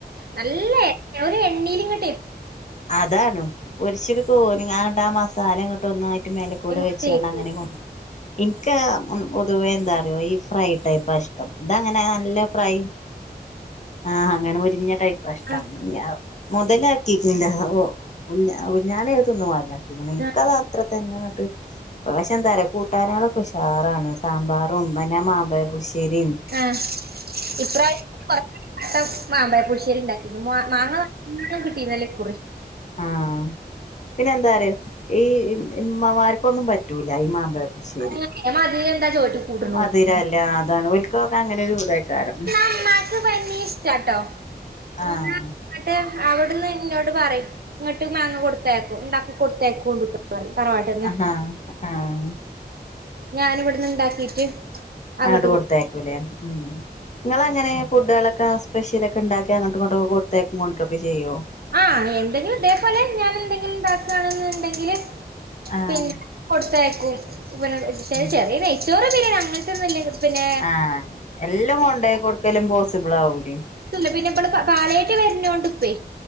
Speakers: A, on the right; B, on the left.
A: നല്ല എ ഒരു എണ്ണേൽ ഇങ്ങ..
B: അതാണ് പൊരിച്ചിട്ക്കോരിക്കാണ്ട് ആ മസാ.. സാലങ്ങട്ട് ഒന്നായിട്ട് മേലക്കൂടെ
A: നമുക്ക്
B: വെച്ചുകാണ്
A: തേക്കും
B: അങ്ങനെ കൊട് എനിക്ക് പൊതുവേ എന്താറിയോ ഈ ഫ്രൈ ടൈപ്പ്ഷ്ട ടം ഇതങ്ങനെ നല്ല ഫ്രൈ ആഹ അങ്ങനെ മൊരിഞ്ഞ ടൈപ്പാഷ്ടം
A: ആഹ്
B: ഞ്ഞവ്മൊതലാക്കി നി ഓ കുഞാന കുഞ്ഞാനേ തിന്നു മൊതലാക്കീക്ണ് ഇനിക്കത്
A: ആഹ്
B: അത്രതനെങ്ങട്ട് പക്ഷെ എന്താറയാ കൂട്ടാനകളൊ ഉഷാറാണ് സാമ്പാറും പിന്നെ മാമ്പപുശ്ശേരിം
A: ആഹ് ഇപ്പ്രാവശ കൊറച്ച് മാമ്പഴ പുശ്ശേരി ഉണ്ടാക്കീകിണ് മാ മാങ്ങ നല്ലോംകിട്ടീനന്ല്ലേ ഇക്കു-
B: ആഹ പിന്നെ എന്താറയ ഈ ഇമ്മമാർക്കൊന്നും പറ്റൂല ഈ മാമ്പഴ ശരി
A: ഏഹ് മധുരെന്താ ചോറ്റ് കൂട്ട്ണോയ്
B: മധുരല്ല അതാണ് ഒൽക്കൊക്കെ അങ്ങനെ ഒരൂതായ്ക്കാരം
A: മ്മാക്ക് പിന്നീ ഇഷ്ടാട്ടോ പിനങ്ങട്ട്.
B: ആഹ്
A: അവിടുന്ന് ഇന്നോട് പറയും ഇങ്ങോട്ട് മാങ്ങ കൊടുത്തയ്ക്കും ഉണ്ടാക്കി കൊടുതയ്ക്കെണ്ടു ട്ടൊ. തറവാട്ടന്ന്
B: ആഹ് ആഹ്
A: ഞൻവിടന്ന് ഇണ്ടാക്കീട്ട്. അങ്ങട്ട്
B: ആണ്ട് കൊടുത്തയ്ക്കൂലേ
A: കൊട്
B: ഉം ങ്ങളാങ്ങനെ ഫുഡളോക്കെ. ക്ക സ്പെഷ്യല ഒക്കെണ്ടാക്കി അങ്ങോട്ട ഇങ്ങോട്ടൊ കൊടുത്തയ്ക്കും കൊണ്ടാരോക്കെ ചെയ്യോ.
A: ആഹ് എന്തെങ്കിലും ഇതേപോലെ ഞാൻ എന്തെങ്കിലും ഉണ്ടാക്കണെന്നുണ്ടെങ്കില്.
B: ആഹ്
A: പിന്നെ കൊടുത്തയക്കും പി
B: ഉം
A: ചെറിയ നെയ്ച്ചോറ ബിരിഅങ്ങനതൊന്നുംല്ല. പിന്നെ
B: ആഹ് എല്ലാം കൊണ്ടോയി കൊടുക്കലും പോസിബിൾ ആവൂലേ ഉം
A: കിട്ടൂല. വരാന്നോണ്ടപ്പേ.